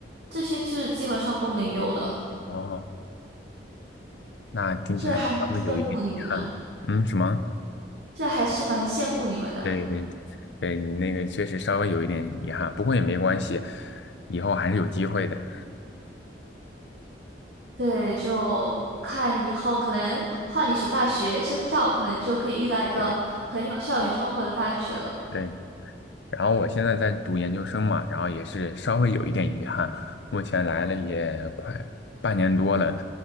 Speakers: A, on the right; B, on the left.
A: 这些是基本上都没有的，
B: 哦，那听起来稍微有一点遗憾。
A: 是还蛮羡慕你们的。
B: 嗯，什么？
A: 这还是蛮羡慕你们的。
B: 对对对，对你那个确实稍微有一点遗憾，不过也没关系，以后还是有机会的。
A: 对，就看以后可能换一所大学深造，可能就可以遇到一个很有校园生活的大学了。
B: 对对，然后我现在在读研究生嘛，然后也是稍微有一点遗憾，目前来了也快半年多了，